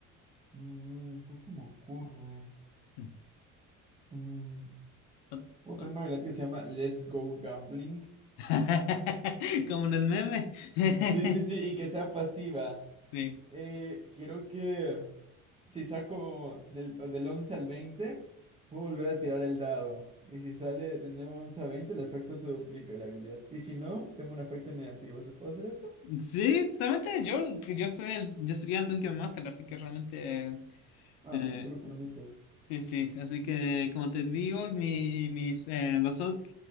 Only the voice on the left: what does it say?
Mm.
Ot-
ot-
<laughs> Como en el meme. <laughs>
Sí.
Sí, solamente yo, que yo soy el, yo sería el Dungeon Master, así que realmente,
eh,
sí, sí, así que como te digo, mi, mis, eh, los, ot-